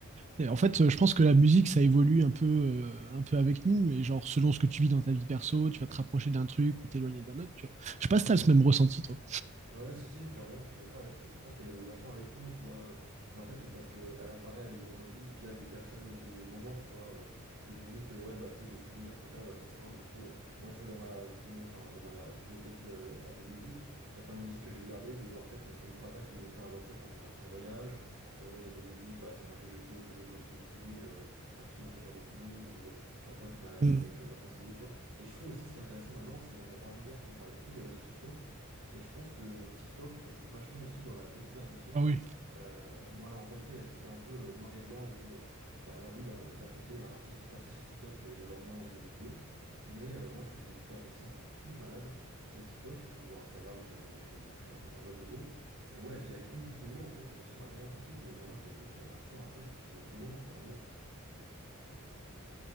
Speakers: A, on the right; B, on the right.
A: Et en fait, euh, je pense que la musique, ça évolue un peu, euh, un peu avec nous. Et genre, selon ce que tu vis dans ta vie perso, tu vas te rapprocher d'un truc ou t'éloigner d'un autre. Tu vois. Je sais pas si t'as ce même ressenti, toi.
B: Ouais, ouais, si, si, clairement, je suis d'accord. et Je je pense qu'elle évolue vachement avec nous, tu vois. euh, Mais en fait, parce qu'elle apparaît à des moments de notre vie via des personnes ou des moments, tu vois. euh, Des musiques, euh, ouais, bah, tu sais, les souvenirs que t'as, bah, forcément, du coup, euh, moi, tu vois, dans ma film, enfin, dans ma bibliothèque euh, Apple Music, il y a plein de musiques que j'ai gardées de, en fait, c'était mon papa qui les mettait dans la voiture quand on partait en voyage. Euh, Il y a des musiques, bah, c'est un vieux jeu vidéo que je jouais quand j'étais petit, euh, un film que j'ai retenu ou euh, qu'un pote m'avait
A: Mm.
B: euh, conseillé, tu vois. Et je trouve aussi ce qui est intéressant maintenant, c'est, on en parlait hier, tu vois, on parlait beaucoup des réseaux sociaux. Et je pense que TikTok joue vachement aussi dans la découverte de sons.
A: Ah oui.
B: Euh, bon alors encore une fois, il y a ce côté un peu euh, noir et blanc où, euh, bah alors oui, d'un d'un côté, un artiste peut percer sur TikTok, mais le lendemain, il est oublié. Mais euh, moi, tu vois, j'ai découvert des sons de fous malades via TikTok ou Instagram, tu vois, je, je- j'en- j'englobe les deux. Et ouais, via une vidéo, en fait, le son m'a tellement kiffé que maintenant, je l'écoute euh, à fond, à fond depuis euh, des moments, un moment, tu vois.